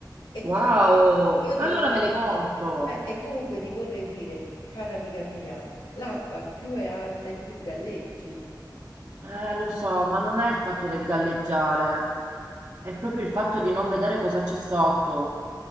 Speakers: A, on the left; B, on the right.
A: E
B: wow!
A: comunque io
B: Allora
A: ti voglio,
B: me
A: eh,
B: le compro.
A: e comunque ti vorrei dire, cara amica mia, l'acqua più è alta e più galleggi.
B: Eh, lo so, ma non è il fatto del galleggiare, è proprio il fatto di non vedere cosa c'è sotto.